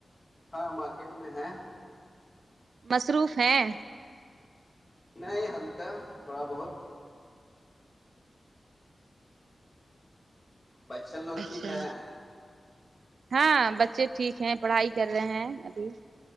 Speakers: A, on the left; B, on the right.
A: ہاں مارکیٹ میں ہے
B: مصروف ہیں
A: نہیں ہلکا تھوڑا بہت بچن لوگ
B: اچھا
A: ٹھیک ہے
B: ہاں بچے ٹھیک ہیں پڑھائی کر رہے ہیں ابھی